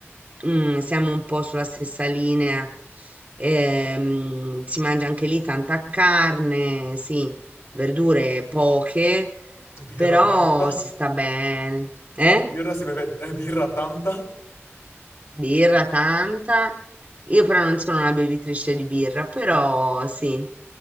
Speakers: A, on the right (about 30°); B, on the left (about 75°).
A: mm, siamo un po' sulla stessa linea, ehm, si mangia anche lì tanta carne, sì, verdure poche,
B: e- birra
A: però
B: tanta.
A: si sta bene.
B: <laughs>
A: Eh?
B: Birra si beve... eh, birra tanta.
A: Birra tanta. Io però non sono una bevitrice di birra, però sì.